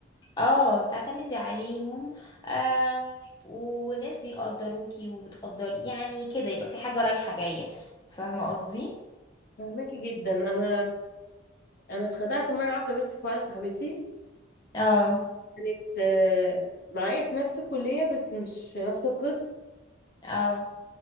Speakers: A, on the left; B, on the left.
A: اه تعتمدي عليهم آه وناس بيقدروكي وبتقدري يعني كده يبقى في حاجه رايحه جايه فاهمه قصدي
B: فهماكي جدا انا انا اتخدعت مرة واحدة بس في واحدة صاحبتي
A: اه
B: كانت آه، معايا في نفس الكلية بس مش في نفس القسم
A: اه